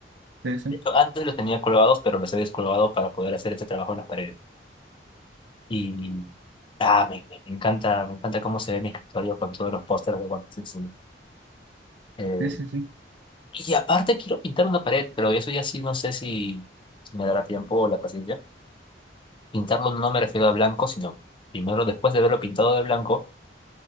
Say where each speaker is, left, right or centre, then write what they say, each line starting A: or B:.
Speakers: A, on the right (about 90°); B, on the left (about 30°).
A: Sí, sí,
B: De hecho, antes los tenía colgados, pero los he descolgado para poder hacer este trabajo en las paredes. Y ah, me, me encanta, me encanta cómo se ve mi escritorio con todos los pósters de One Piece encima. Eh,
A: sí, sí. sí.
B: Y aparte quiero pintar una pared, pero eso ya sí no sé si si me dará tiempo o la paciencia. Pintarlo no me refiero a blanco, sino primero, después de verlo pintado de blanco,